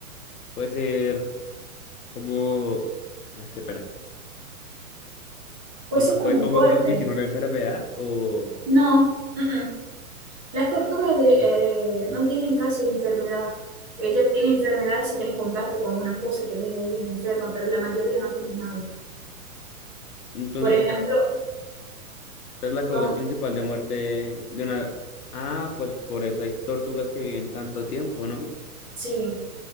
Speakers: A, on the left; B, on the right.
A: puede ser como... ah, qué pena.
B: Pues
A: O sea,
B: es
A: puede
B: como un
A: como
B: corte.
A: transmitir una enfermedad o...
B: No, mm-mm. Las tortugas de, eh, no tienen casi enfermedad. Ella tiene enfermedad si tiene contacto con una cosa que deja a ellas enferma, pero la mayoría no tiene nada.
A: Entonces
B: Por ejemplo,
A: Es la causa
B: ¿cómo?
A: principal de muerte de una... Ah, pues por eso hay tortugas que viven tanto tiempo, ¿no?
B: Sí,